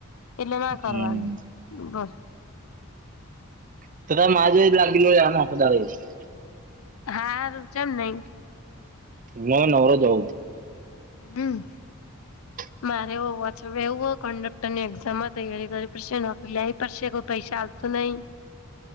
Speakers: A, on the left; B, on the right.
A: એટલે ના
B: હમ
A: કરવાનું બસ.
B: <unintelligible>
A: હારુ ચેમ નઈ?
B: મન નવા જઉ.
A: હમ્મ.
B: <inaudible>
A: મારે એવું વાચ એવું હો કન્ડક્ટર ની એક્ઝામમાં તૈયારી કરી પડશે, નોકરી લાવવી પડશે કોઈ પૈસા આ લતું નહી?